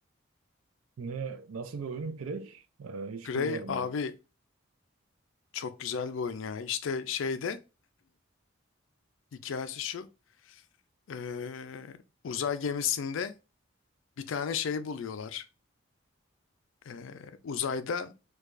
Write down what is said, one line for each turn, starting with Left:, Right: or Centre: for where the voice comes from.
Right: Ne, nasıl bir oyun? Prey? Ee, hiç
Left: Prey
Right: duymadım
Left: abi
Right: yani.
Left: çok güzel bir oyun ya. İşte şeyde hikayesi şu. Ee, uzay gemisinde bir tane şey buluyorlar. Ee, uzayda